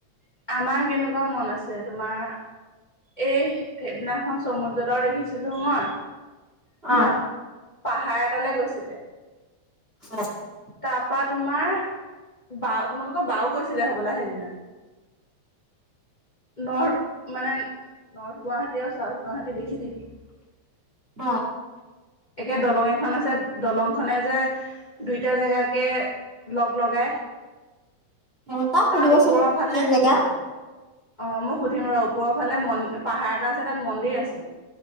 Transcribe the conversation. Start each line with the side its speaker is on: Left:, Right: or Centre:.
Left: আমাৰ কেনেকুৱা মন আছে তোমাৰ এই সেদিনাখন চমুদজলৰ দেখিছিলো মই। সিহঁত
Right: অ
Left: পাহাৰ এটালৈ গৈছিলে।
Right: <unintelligible>
Left: তাপা তোমাৰ বা তোমালোকৰ বাও গৈছিলে হ'বলা সেইদিনা। নৰ্থ মানে নৰ্থ গুৱাহাটী আৰু চাউথ গুৱাহাটী দেখি। <unintelligible>
Right: অঁ।
Left: একে দলং এখন আছে দলংখনে যে দুইটা জেগাকে, লগ লগাই।
Right: উম, তাক
Left: তাৰ
Right: সুধিবাচোন
Left: ওপৰৰ ফালে
Right: কি জেগা?
Left: অ' মই সুধিম ৰ ওপৰৰ ফালে পাহাৰ এটা আছে তাত মন্দিৰ আছে।